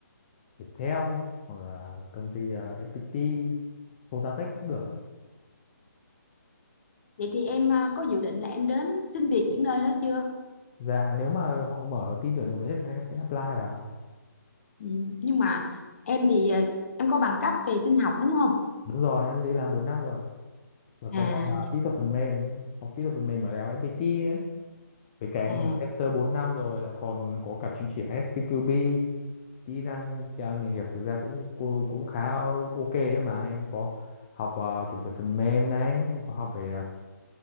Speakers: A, on the left; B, on the left.
A: Viettel hoặc là công ty ờ, FPT, Sotatech cũng được ấy.
B: Vậy thì em à, có dự định là em đến xin việc những nơi đó chưa?
A: Và nếu mà họ mở team tuyển dụng thì chắc chắn em sẽ apply vào.
B: Ừ, nhưng mà em thì à, em có bằng cấp về tin học đúng không?
A: Đúng rồi, em đi làm bốn năm rồi. ạ. Và
B: À,
A: có bằng ờ, kỹ thuật phần mềm, học kỹ thuật phần mềm ở đại học FPT đấy. Với cả em
B: à,
A: làm tester 4 năm rồi, lại còn có cả chứng chỉ STQB, kỹ năng kỹ năng ờ, nghề nghiệp thực ra cũng cũng cũng khá ok đấy mà. Em có học ờ, kiểm duyệt phần mềm này, em có học về ờ,